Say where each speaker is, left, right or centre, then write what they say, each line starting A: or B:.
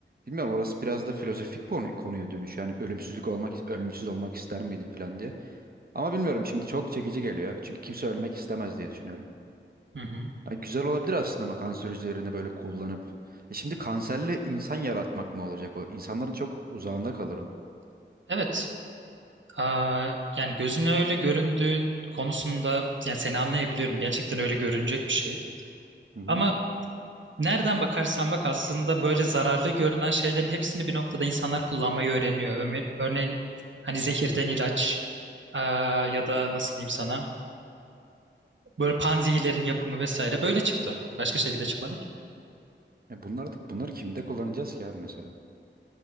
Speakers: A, on the right; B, on the right.
A: bilmiyorum orası biraz da filozofik konu, konuya dönüş. Yani ölümsüzlük olmak ölümsüz olmak ister miydin falan diye. Ama bilmiyorum şimdi çok çekici geliyor. Çünkü kimse ölmek istemez diye düşünüyorum.
B: Hı hı.
A: Ha, güzel olabilir aslında ama kanser hücrelerini böyle kullanıp. E şimdi kanserli insan yaratmak mı olacak o? İnsanların çok uzağında kalır o.
B: Evet. Aa, yani gözüne öyle göründüğü konusunda yani seni anlayabiliyorum. Gerçekten öyle görünecek bir şey.
A: Hı hı.
B: Ama Nereden bakarsan bak aslında böyle zararlı görünen şeylerin hepsini bir noktada insanlar kullanmayı öğreniyor. Öme- Örneğin hani zehirden ilaç eee, ya da nasıl diyeyim sana böyle panzehirlerin yapımı vesaire böyle çıktı. Başka şekilde çıkmadı ki.
A: E bunlar da, bunları kimde kullanacağız ki abi mesela?